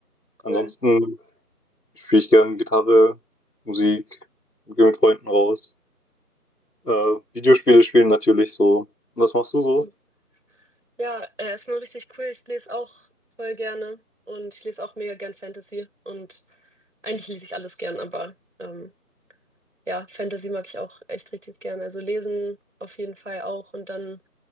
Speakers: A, on the left; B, on the right.
A: Ansonsten
B: Cool.
A: spiele ich gerne Gitarre, Musik, gehe mit Freunden raus. Äh, Videospiele spielen natürlich so. Was machst du so?
B: Hm. Ja, äh, erstmal richtig cool. Ich lese auch voll gerne und ich lese auch mega gern Fantasy und eigentlich lese ich alles gern, aber ähm, ja, Fantasy mag ich auch echt richtig gern. Also lesen auf jeden Fall auch und dann